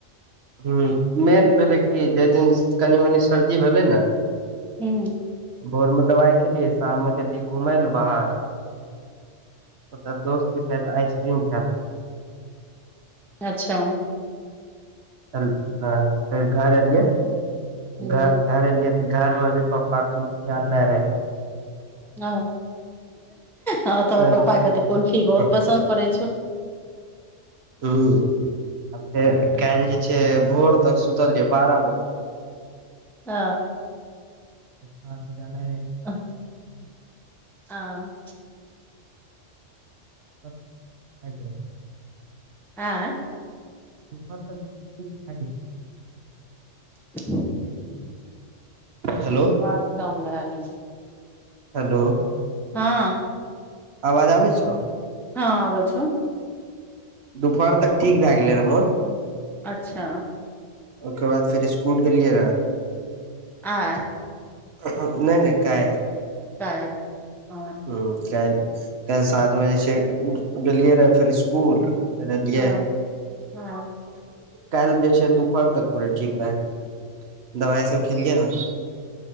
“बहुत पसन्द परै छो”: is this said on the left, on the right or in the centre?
Centre